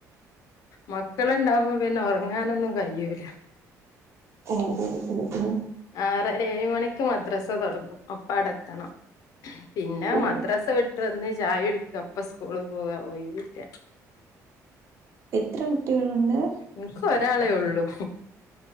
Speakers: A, on the left; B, on the right.
A: മക്കള് ഇണ്ടാവുമ്പോ പിന്നെ ഒറങ്ങാനൊന്നും കയ്യൂല.
B: ഓഹ് ഓഹ് ഓഹ് ഓഹ്
A: ആറര ഏഴ് മണിക്ക് മദ്രസ തൊടങ്ങും അപ്പ അടെ എത്തണം പിന്നെ
B: ഓ
A: മദ്രസ വിട്ട് വന്ന് ചായ കുടിക്ക അപ്പ സ്കൂള് പോവാ ഒയിവില്ല.
B: എത്ര കുട്ടികളുണ്ട്
A: ഇൻക്ക് ഒരാളെ ഒള്ളു